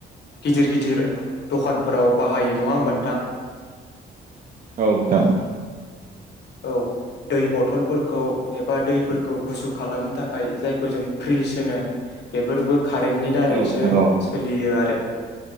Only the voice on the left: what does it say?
गिदिर गिदिर दखानफोराव बाहायो। नङा होमबा नोंथा?
औ दै बथल खौ एबा दैफोरखौ गुसु खालामनो थाखाय जायखौ जों फ्रिज होनो बेफोरबो कारेन्टनि दारैसो
सोलियो आरो